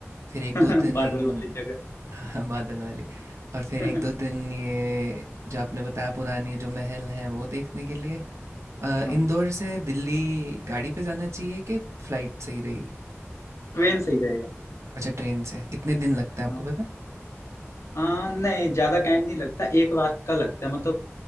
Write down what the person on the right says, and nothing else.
फिर एक
दो दिन
<laughs> हाँ बादल वाली और फिर
एक दो दिन ये जो आपने बताया पुरानी जो महल है वो देखने के लिए अ,
इंदौर से दिल्ली गाड़ी पे जाना चाहिए कि फ्लाइट सही रहेगी
अच्छा ट्रेन से कितने दिन लगते हैं
आपको पता